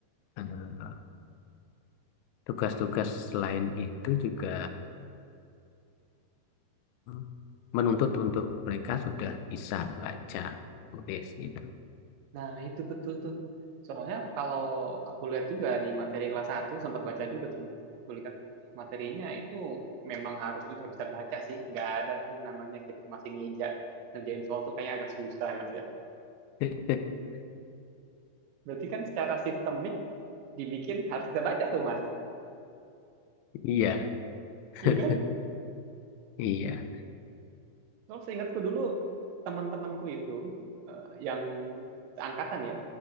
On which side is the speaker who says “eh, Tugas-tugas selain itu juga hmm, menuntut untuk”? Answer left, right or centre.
Left